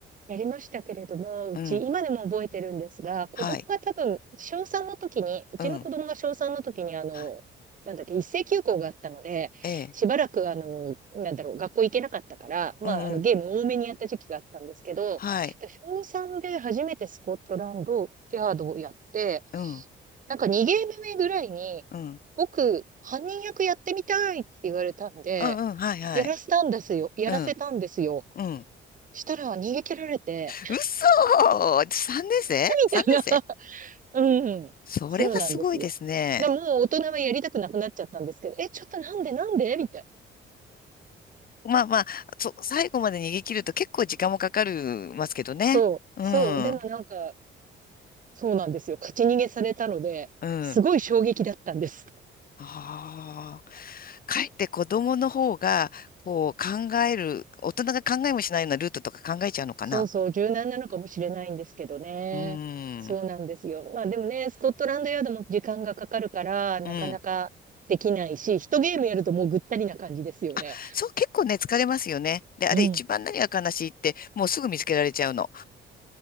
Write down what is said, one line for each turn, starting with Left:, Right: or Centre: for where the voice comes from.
Right: やりましたけれども、うち、
Left: うん。
Right: 今でも覚えてるんですが、子供が多分、
Left: はい。
Right: 小3の時に、うちの子供が小3の時に、
Left: うん。
Right: あの、
Left: は
Right: なんだっけ、一斉休校があったので、
Left: い。ええ。
Right: しばらく、あの、なんだろう、学校行けなかったから、まあ、
Left: うんうん。
Right: あの、ゲーム多めにやった時期があったんですけど、
Left: はい。
Right: 小3で初めてスコットランド、ヤードをやって、
Left: うん。
Right: なんか2ゲーム目ぐらいに、
Left: うん。
Right: 僕、犯人役やってみたいって言われたんで、
Left: うんうん。はいはい。
Right: やらせたんですよ。やらせたんですよ。
Left: うん。うん。
Right: したら逃げ切られて、
Left: 嘘 !3 年生 ?3
Right: みたいな。<laughs>
Left: 年生
Right: うん。
Left: それはすごいですね。
Right: そうなんですよ。でも、もう大人はやりたくなくなっちゃったんですけど、え、ちょっとなんでなんでみたいな。
Left: まあまあ、そう、最後まで逃げ切ると結構時間もかかるますけどね。
Right: そう、
Left: うん、
Right: そう。でもなんか、そうなんですよ。勝ち逃げされたので、
Left: うん。
Right: すごい衝撃だったんです。
Left: ああ。かえって子供の方が、こう考える、大人が考えもしないようなルートとか考えちゃうのかな。
Right: そうそう、柔軟なのかもしれないんですけどね。
Left: うん、
Right: そうなんですよ。まあでもね、スコットランドヤードも時間がかかるから、なかなかできないし、
Left: うん。
Right: 一ゲームやるともうぐったりな感じですよね。
Left: あ、そう、結構ね、疲れますよね。で、あれ一番何が悲しいって、
Right: うん。
Left: もうすぐ見つけられちゃうの。